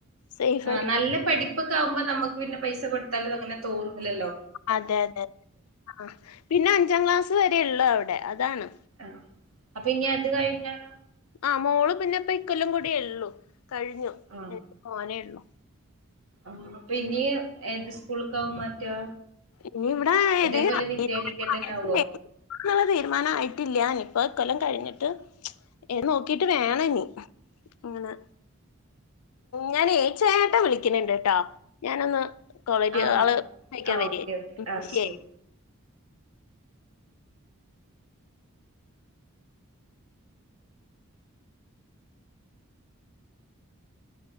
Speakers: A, on the left (about 85°); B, on the right (about 75°).
A: സേഫ്
B: ആഹ്
A: ആയിട്ട്
B: നല്ല
A: പോ
B: പഠിപ്പൊക്കെ ആകുമ്പോ നമുക്ക് പിന്നെ പൈസ കൊടുത്താലും അങ്ങനെ തോന്നുന്നില്ലല്ലോ
A: അതെ അതെ ആഹ് പിന്നെ അഞ്ചാം ക്ലാസ് വരെ ഉള്ളു അവിടെ അതാണ്
B: ആ അപ്പൊ ഇനി അത് കഴിഞ്ഞാലോ
A: ആഹ് മോള് പിന്നെ ഇപ്പ ഇക്കൊല്ലം കൂടിയുള്ളു കഴിഞ്ഞു
B: ആഹ്
A: മോനെ ഉള്ളൂ
B: ആഹ് അപ്പോ ഇനി ഏത് സ്കൂളിക്കാവും മാറ്റാ
A: ഇനി ഇവിടെ
B: ഇതേപോലെ
A: ഏതേലും
B: വിദ്യാനികേതൻ
A: <unintelligible>
B: ആവോ
A: <unintelligible> തീരുമാനം ആയിട്ടില്ല ഇനി ഇപ്പ ഇക്കൊല്ലം കഴിഞ്ഞിട്ട് ഏത് നോക്കീട്ട് വേണം ഇനി ഇങ്ങനെ ഞാനേ ചേട്ടാ വിളിക്കണണ്ട് ട്ടാ ഞാനൊന്ന് <unintelligible>
B: ആ
A: ആള് വായിക്കാൻ
B: ആ
A: വരിയായി
B: ഓക്കെ ഓക്കെ
A: ഉം
B: ആ
A: ശെരി
B: ശരി